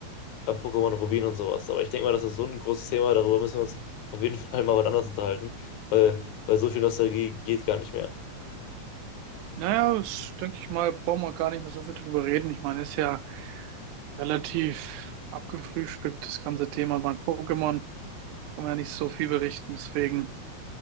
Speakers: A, on the left; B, on the right.
A: äh, Pokémon Rubin und sowas. Aber ich denke mal, das ist so ein großes Thema, darüber müssen wir uns auf jeden <laughs> Fall mal wann anders unterhalten, weil, weil so viel Nostalgie geht gar nicht mehr.
B: Naja, das, denke ich mal, brauchen wir gar nicht mehr so viel drüber reden. Ich meine, ist ja relativ abgefrühstückt, das ganze Thema bei Pokémon. Kann man ja nicht so viel berichten. Deswegen,